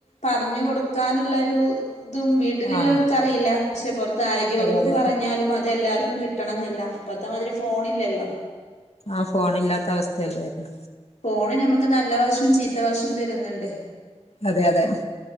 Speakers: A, on the left; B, on the left.
A: പറഞ്ഞു കൊടുക്കാനുള്ളൊരു ഇതും വീട്ടിലുള്ളവർക്ക്
B: ആഹ്
A: അറിയില്ല പക്ഷെ പുറത്ത് ആരോഗ്യവകുപ്പ്
B: അതെ അതെ
A: പറഞ്ഞാലും അതെല്ലാർ കിട്ടണമെന്നില്ല ഇപ്പത്തമാതിരി ഫോണില്ലല്ലോ
B: ആ ഫോണില്ലാത്ത അവസ്ഥയല്ലായിരുന്നൊ
A: ഫോണ് നമുക്ക് നല്ല വശം ചീത്ത വശം തെരുന്നുണ്ട്
B: അതെ അതെ